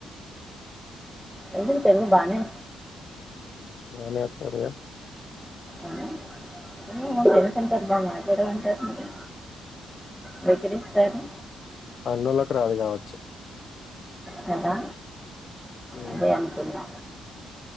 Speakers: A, in the centre; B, on the left.
A: ఎందుకు తెలుగు బానే
B: అనియ తెరియ
A: అవునా ఏమో తెలుసు అంటారు బా మాట్లాడరు అంటారు మరి బెదిరిస్తారు
B: అన్నోళ్ళకు రాదు కావచ్చు
A: కదా
B: హ్మ్.
A: అదే అనుకున్నా